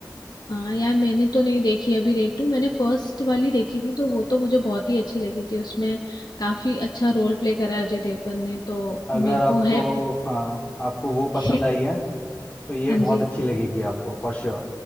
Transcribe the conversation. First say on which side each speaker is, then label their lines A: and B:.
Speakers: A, on the left (about 60°); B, on the left (about 20°).
A: हाँ यार मैंने तो नहीं देखी अभी रेड टू मैंने फर्स्ट वाली देखी थी तो वो तो मुझे बहुत ही अच्छी लगी थी उसमें काफी अच्छा रोल प्ले करा है अजय देवगन ने तो
B: अगर
A: मेरे
B: आपको
A: को है
B: हाँ आपको वो पसंद
A: <laughs>
B: आई है तो ये
A: हाँ
B: बहुत
A: जी
B: अच्छी लगेगी आपको फॉर श्योर